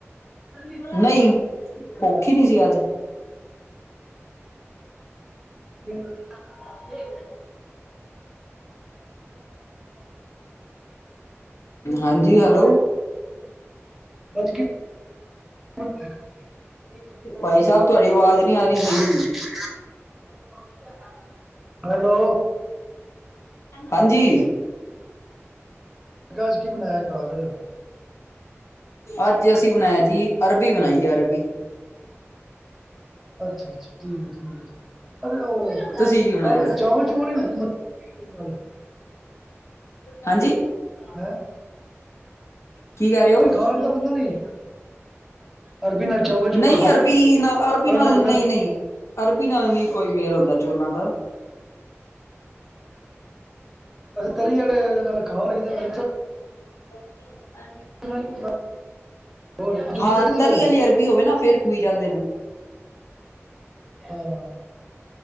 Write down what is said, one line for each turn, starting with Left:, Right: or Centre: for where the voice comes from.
Centre: ਅੱਜ
Left: ਨਹੀਂ ਭੁਖ ਨੀ ਸੀ ਅੱਜ।
Centre: <inaudible>
Left: <inaudible> ਹਾਂਜੀ ਹੈਲੋ
Centre: ਅਜ ਕੀ <unintelligible>
Left: ਭਾਈ ਸਾਹਿਬ ਤੁਹਾਡੀ ਆਵਾਜ਼ ਨਹੀਂ ਆ ਰਹੀ ਸਹੀ
Centre: ਹੈਲੋ
Left: ਹਾਂਜੀ
Centre: ਮੈਂ ਕਿਹਾ ਅੱਜ ਕੀ ਬਣਾਇਆ ਘਰ
Left: ਅੱਜ ਅਸੀਂ ਬਣਾਇਆ ਜੀ ਅਰਬੀ ਬਣਾਈਏ ਅਰਬੀ
Centre: ਅੱਛਾ-ਅੱਛਾ ਠੀਕ ਆ ਠੀਕ ਐ <unintelligible>
Left: ਤੁਸੀਂ ਕੀ ਬਣਾਇਆ ਹਾਂਜੀ
Centre: ਹੈਂ
Left: ਕੀ ਕਿਹ ਰਹੇ ਓ
Centre: ਖਾ ਲੈਂਦਾ ਬੰਦਾ ਨਹੀਂ ਅਰਬੀ ਨਾਲ ਚਾਵਲ ਚੁਵਲ
Left: ਨਹੀਂ
Centre: ਖਾ
Left: ਅਰਬੀ ਨਾ ਅਰਬੀ
Centre: ਸਾਡਾ
Left: ਨਾਲ
Centre: ਬੰਦਾ
Left: ਨਹੀਂ-ਨਹੀਂ ਅਰਬੀ ਨਾਲ ਨੀ ਕੋਈ ਮੇਲ ਹੁੰਂਦਾ ਚੋਲਾਂ ਦਾ
Centre: ਤਰੀ ਆਲੇ ਨਾਲ ਖਾ ਲਈਦੇ ਆ
Left: <unintelligible>
Centre: <unintelligible> ਹੋਰ ਡਿਊਟੀ
Left: ਹਾਂ
Centre: ਤੇ ਗਏ ਸੀ
Left: ਤਰੀ
Centre: ਫਿਰ
Left: ਆਲੀ ਅਰਬੀ ਹੋਵੇ ਨਾ ਫੇਰ ਕੁਈ ਜਾਂਦੇ ਨੇ
Centre: ਹਾਂ